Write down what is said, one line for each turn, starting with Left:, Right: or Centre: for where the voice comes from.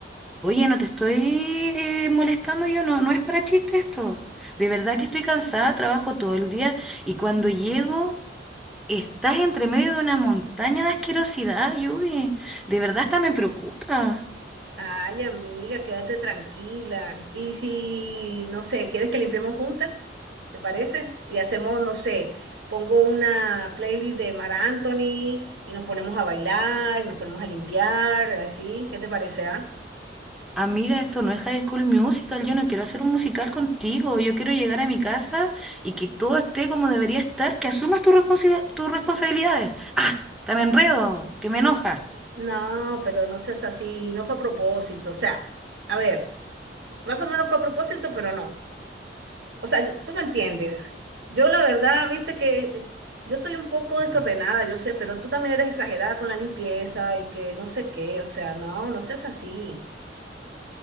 Centre: Oye, no te estoy eh, molestando yo, no, no es para chiste esto. De verdad que estoy cansada, trabajo todo el día y cuando llego estás entre medio de una montaña de asquerosidad, Yubi. De verdad hasta me preocupa.
Right: Ay, amiga, quédate tranquila. Y si, no sé, ¿quieres que limpiemos juntas? ¿Te parece? Y hacemos, no sé, pongo una playlist de Mar Anthony y nos ponemos a bailar, nos ponemos a limpiar, así. ¿Qué te parece, ah?
Centre: Amiga, esto no es High School Musical, yo no quiero hacer un musical contigo, yo quiero llegar a mi casa y que todo esté como debería estar, que asumas tu responsi- tus responsabilidades. Ah, hasta me enredo, que me
Right: N-
Centre: enoja.
Right: No, pero no seas así, no fue a propósito. O sea, a ver, más o menos fue a propósito, pero no. o sea, yo- tú me entiendes. Yo la verdad, viste que eh, yo soy un poco desordenada,
Centre: Mm.
Right: yo sé, pero tú también eres exagerada con la limpieza y que no sé qué, o sea, no, no seas así.